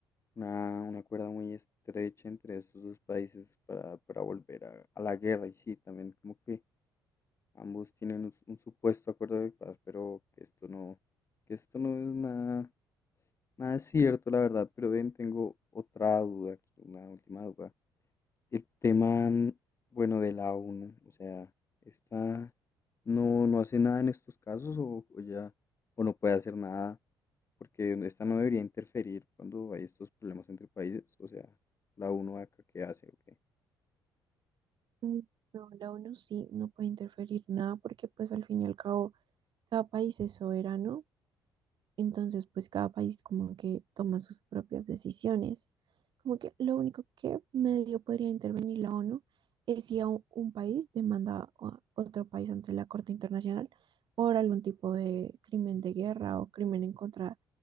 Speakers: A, on the left; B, on the right.
A: una, una cuerda muy estrecha entre estos dos países para, para volver a, a la guerra. Y sí, también como que ambos tienen un, s- un supuesto acuerdo de paz, pero que esto no, que esto no es nada, nada cierto, la verdad. Pero ven, tengo otra duda aquí, una última duda. El tema, mm, bueno, de la ONU, o sea, esta no, no hace nada en estos casos o o ya o no puede hacer nada porque esta no debería interferir cuando hay estos problemas entre países, o sea, la uno acá qué hace o qué.
B: Mm, No, la ONU sí no puede interferir nada porque pues al fin y al cabo cada país es soberano, entonces pues cada país como que toma sus propias decisiones. Como que lo único que medio podría intervenir la ONU es si a un, un país demanda a otro país ante la Corte Internacional por algún tipo de crimen de guerra o crimen en contra